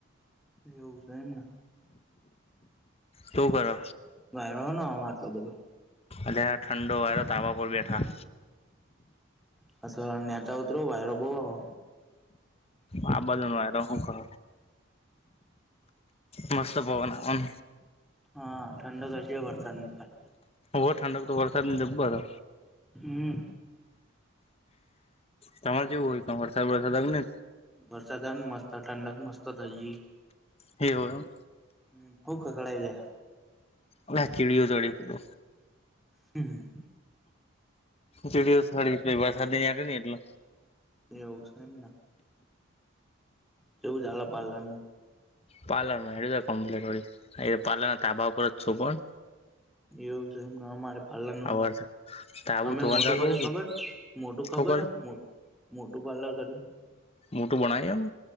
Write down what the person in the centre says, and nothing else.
એવું સે એમ ના.
<unintelligible> રહો ન આ આટલો બધો.
<unintelligible> હેઠા ઉતરો, વાયરો બહુ આવો.
હા ઠંડક હશે વરસાદની ભાઈ.
હમ.
વરસાદ આયો ને, મસ્ત ઠંડક મસ્ત થઈ જી.
હમ ખુબ ખખડાઈ જાય.
હમ
એવું છે એમ કેવું ચાલે પાર્લર નું
એવું છે એમને અમારે પાર્લરનું
અમે
મોટું
કર્યું ખબર મોટું
ખબર
મોટું પાર્લર કર્યું